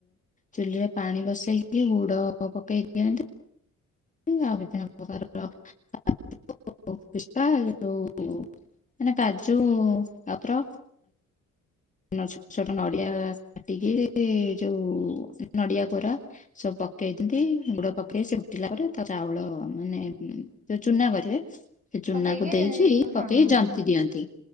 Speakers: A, on the left; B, on the right.
A: ଚୁଲିରେ ପାଣି ବସେଇକି ଗୁଡ ପକେଇ ଦିଅନ୍ତି। ଆଉ ବିଭିନ୍ନ ପ୍ରକାରର <inaudible> ପିସ୍ତା ଏଇ ଯୋଉ ମାନେ କାଜୁ ଟାଇପ୍ ର। ଛୋଟ ଛୋଟ ନଡିଆ କାଟିକି ଯୋଉ ନଡିଆ କୋରା। ସବୁ ପକେଇଦିଅନ୍ତି ଗୁଡ ପକେଇ ସେ ଉଠିଲା ପରେ ତା ଚାଉଳ ମାନେ। ଯୋଉ ଚୁନା କରିବେ ସେ ଚୁନାକୁ
B: ପକେଇକି
A: ଦେଇକି
B: ହଁ
A: ପକେଇ ଜନ୍ତି
B: ହଁ।
A: ଦିଅନ୍ତି।